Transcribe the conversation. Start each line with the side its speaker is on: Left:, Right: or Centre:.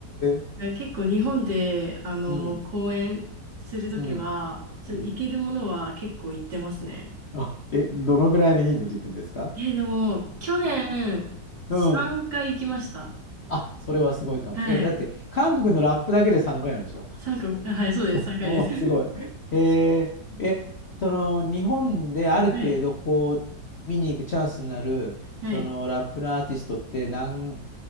Left: ー、
Right: <laughs> 結構日本で、あの、
Left: うん、
Right: 公演するときは、
Left: うん、
Right: ちょ、
Left: うん。
Right: 行けるものは結構行ってますね。
Left: あ、え、どのぐらいの頻度でいくんですか
Right: え、でも、去年、3回行きました。
Left: うん。あ、それはすごいかも。
Right: はい。
Left: え、だって、韓国のラップだけで3回なんでしょ
Right: 3回、あはい、そうです、
Left: <laughs>
Right: 3回です。
Left: おお、すごい。へええ、その日本である程度こう見に行くチャンスになるそのラップのアーティストって何
Right: <laughs> はい。はい。